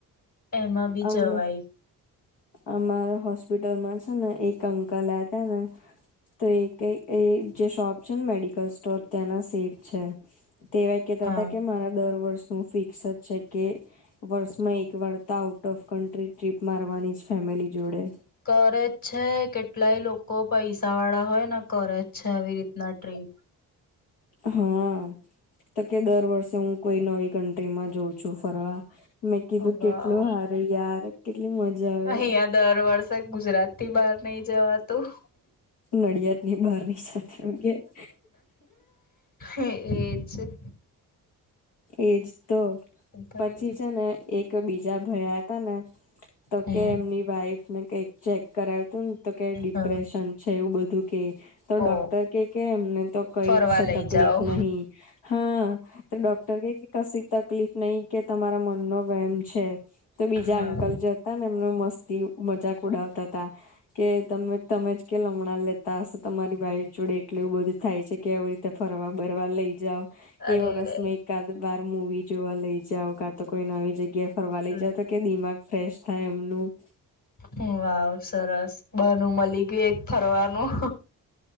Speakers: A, on the left; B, on the left.
A: એમાં બી
B: આમ
A: જવાય.
B: અમારા હોસ્પિટલમાં છે ને એક અંકલ હતા ને તો એ કઈ એ જે શોપ છે ને મેડિકલ સ્ટોર ત્યાંના સેઠ છે. તેવાય કેતા
A: હા
B: હતા કે મારા દર વર્ષ નું ફિક્સ જ છે કે વર્ષમાં એક વારતા આઉટ ઓફ કન્ટ્રી ટ્રીપ મારવાની છે. ફેમિલી જોડે
A: કરે જ છે કેટલાય લોકો પૈસા વાળા હોય ને કરે જ છે, આવી રીતના ટ્રીપ
B: હમ્મ તો કે દર વર્ષે હું કોઈ નવી કન્ટ્રીમાં જાઉં છું ફરવા મેં કીધું
A: વાવ
B: કેટલો હારો યાર કેટલી મજા આવે.
A: અહિયાં દર વર્ષ તોય ગુજરાતી બહાર નહી જવાનુ તો <inaudible>
B: નડિયાદ ની બહાર ની સાથે એમ કે <inaudible>
A: હે એ છે
B: એજ તો
A: ભાઈ
B: પછી છે ને એક બીજા ભયા આયા તાને તો
A: હમ
B: કે એમની વાઈફને કઈક ચેક કરાવતું ને તો કે ડિપ્રેશન
A: હા
B: છે. એવું બધું કે તો ડોક્ટર
A: ઓ
B: કે-કે એમને તો કઈ
A: ફરવા
B: જ
A: લઈ
B: તકલીફ
A: જાઓ
B: નહી હા તો ડોક્ટરકે કે કશી તકલીફ નહી કે તમારા મનનો વેમ છે. તો બીજા
A: હા
B: અંકલ જતા હતા ને એમને મસ્તી મજાક ઉડાવતા હતા. કે તમે તમેજ કે લમણાં લેતા હશો તમારી ભાઈ જોડે એટલ એવું બધું થાય છે કે હવે. તો ફરવા બરવા લઈ જાવ કેવો
A: અરેરે
B: રસ્તો કાતો બાર મુવી જોવા લઈ જાવ કાતો કોઈ નવી જગ્યા ફરવા
A: હમ
B: લઈ જાવ તોકે દિમાગ ફ્રેશ થાય. એમનું
A: હમ્મ વાવ સરસ બાનુ મલી ગયું એક ફરવાનું